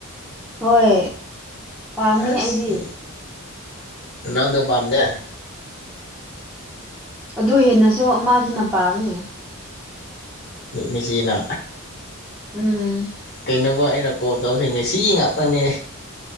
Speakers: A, in the centre; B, on the left.
A: ꯍꯣꯏ ꯄꯥꯝꯃꯤ
B: ꯑꯁ
A: ꯑꯩꯗꯤ
B: ꯔꯣꯅꯥꯜꯗꯣ ꯄꯥꯥꯝꯗꯦ
A: ꯑꯗꯨ ꯍꯦꯟꯅꯁꯨ ꯑꯃꯗꯨꯅ ꯄꯥꯝꯃꯤ
B: ꯃꯦ ꯃꯦꯁꯤꯅ
A: ꯎꯝ
B: ꯀꯩꯅꯣꯒꯣ ꯑꯩꯅ ꯀꯣꯜ ꯇꯧꯕꯁꯤ ꯃꯦꯁꯤꯒꯤ ꯉꯥꯛꯇꯪꯅꯦ